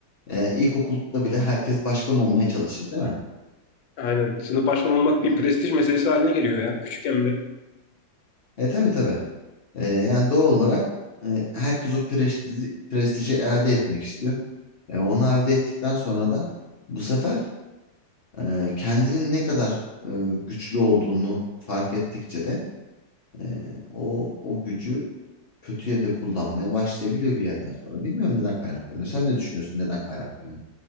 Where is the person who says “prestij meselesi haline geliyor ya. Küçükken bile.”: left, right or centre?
Left